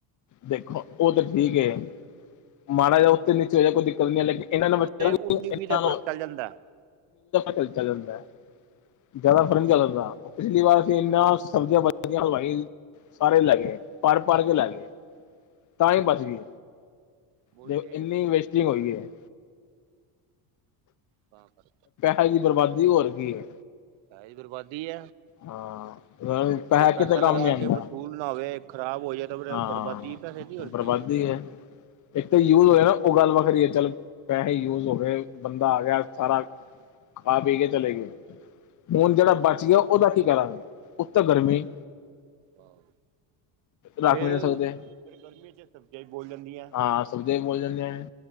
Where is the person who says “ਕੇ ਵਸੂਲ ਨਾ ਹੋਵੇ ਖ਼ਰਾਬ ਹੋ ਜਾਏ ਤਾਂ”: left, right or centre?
Right